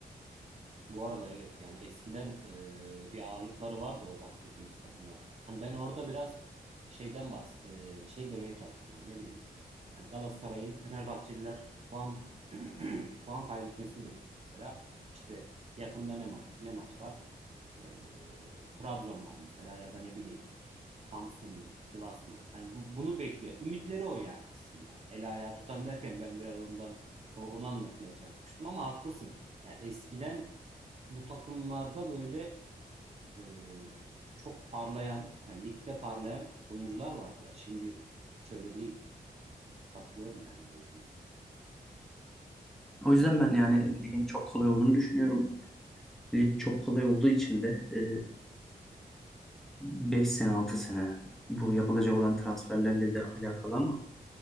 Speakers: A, on the right; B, in the centre.
A: Bu arada evet yani eskiden e, bir ağırlıkları vardı o bahsettiğimiz takımlar. Hani ben orada biraz şeyden bahs e, şey demeye çalıştım hani ne bileyim. Hani Galatasaray'ın Fenerbahçeliler puan <clears throat> puan kaybetmesini bekliyor mesela. İşte yakında ne maç ne maç var? E, Trabzon var mesela ya da ne bileyim Samsun mu, Sivas mı var? Hani bu, bunu bekliyor. Ümitleri o yani aslında. El ayağı tutan derken ben biraz ondan o- onu anlatmaya çalışmıştım ama haklısın. Yani eskiden bu takımlarda böyle e, çok parlayan, yani ligde parlayan oyuncular vardı ya. Şimdi hiç öyle değil. Katılıyorum yani o dediğine.
B: O yüzden ben yani ligin çok kolay olduğunu düşünüyorum. Lig çok kolay olduğu için de e, 5 sene 6 sene bu yapılacak olan transferlerle de alakalı ama